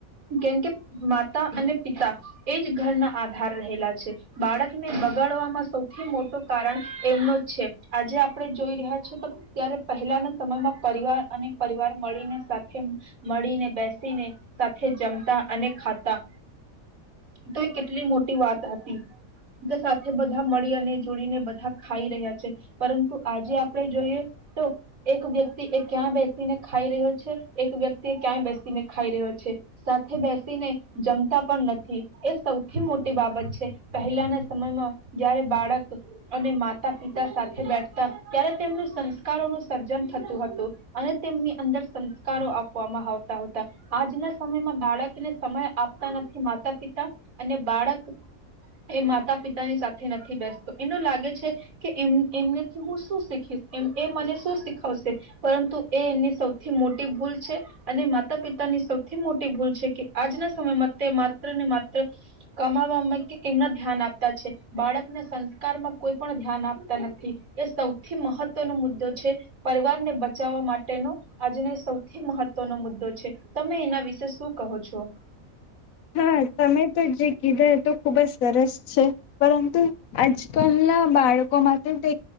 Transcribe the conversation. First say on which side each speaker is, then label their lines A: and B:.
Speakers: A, on the right; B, on the left.
A: કેમ કે માતા અને પિતા એ જ ઘરના આધાર રહેલા છે, બાળકને બગાડમાં સૌથી મોટું કારણ એમનો જ છે, આજે આપણે જોઈ રહ્યા છો તો ત્યારે પહેલાના સમયમાં પરિવાર અને પરિવાર મળીને સાથે મળીને બેસીને સાથે જમતા અને ખાતા તો એ કેટલી મોટી વાત હતી, તો સાથે બધા મળી અને જોડીને બધા ખાઈ રહ્યા છે, પરંતુ આજે આપણે જોઈએ તો એક વ્યક્તિ એ ક્યાં બે ને ખાઈ રહ્યો છે, એક વ્યક્તિ ક્યાંય બેસીને ખાઈ રહ્યો છે, સાથે બેસીને જમતા પણ નથી. એ સૌથી મોટી બાબત છે પહેલાના સમયમાં જયારે બાળક અને માતા પિતા સાથે બેઠતા ત્યારે તેમનું સંસ્કારોનું સર્જન થતું હતું. અને તેમની અંદર સંસ્કારો આપવામાં આવતા હતા. આજના સમયમાં બાળકને સમય આપતા નથી. માતા પિતા અને બાળક એ માતા પિતાની સાથે નથી બેસતો. એનું લાગે છે કે એમનેથી હું શું શીખીશ? એ મને શું શીખાવશે? પરંતુ એ એની સૌથી મોટી ભૂલ છે અને માતા પિતાની સૌથી મોટી ભૂલ છે કે આજના સમયમાં તે માત્ર ને માત્ર કમાવામાં કે એમના ધ્યાન આપતા છે. બાળકને સંસ્કારમાં કોઈ પણ ધ્યાન આપતા નથી. એ સૌથી મહત્વનો મુદ્દો છે. પરિવારને બચાવવા માટેનો આજનો સૌથી મહત્વનો મુદ્દો છે તમે એના વિશે શું કહો છો?
B: હા તમે તો જે કીધુ તું ખુબ જ સરસ છે‌. પરંતુ આજ કલ ના બાળકોમાં તોટે